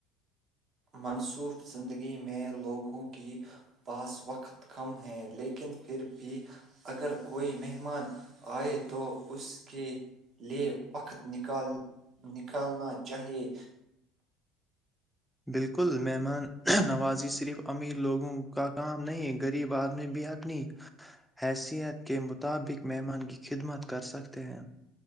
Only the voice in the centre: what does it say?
بالکل مہمان نوازی صرف امیر لوگوں کا کام نہیں غریب آدمی بھی اپنی حیثیت کے مطابق مہمان کی خدمت کر سکتے ہیں